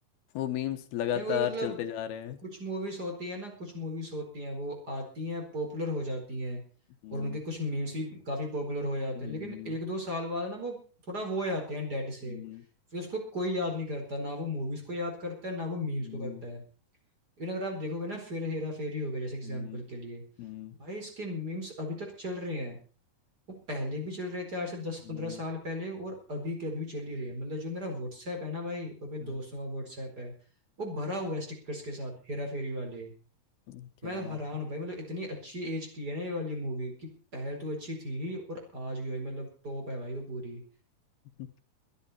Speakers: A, on the left (about 80°); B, on the right (about 25°).
A: वो मीम्स लगातार
B: नहीं वही मतलब
A: चलते जा रहे हैं
B: कुछ मूवीज होती है ना कुछ मूवीज होती हैं वो आती हैं पॉपुलर हो जाती हैं
A: हम्म
B: और उनके कुछ मीम्स भी काफी पॉपुलर हो जाते
A: हम्म
B: हैं लेकिन एक दो साल बाद ना वो थोड़ा वो हो जाते हैं डेड से
A: हम्म
B: फिर उसको कोई याद नहीं करता ना वो मूवीज को याद करता है ना वो मीम्स
A: हम्म
B: को करता है लेकिन अगर आप देखोगे ना फिर हेरा फेरी होगा जैसे एग्जाम्पल
A: हम्म
B: के लिए
A: हम्म,
B: भाई इसके मीम्स अभी तक चल रहे हैं वो पहले भी चल रहे थे आज से दस
A: हम्म,
B: पंद्रह साल पहले और अभी के अभी भी चल ही रहे हैं मतलब जो मेरा व्हाट्सएप है ना भाई और
A: हम्म,
B: मेरे दोस्तों का व्हाट्सएप है वो भरा हुआ है स्टिकर्स के साथ हेरा फेरी वाले
A: हम्म, क्या
B: मैं
A: बात
B: हैरान
A: है
B: हूँ भाई मतलब इतनी अच्छी एज की है ना ये वाली मूवी कि पहले तो अच्छी थी ही और आज भी भाई मतलब टॉप है भाई वो पूरी
A: हम्म,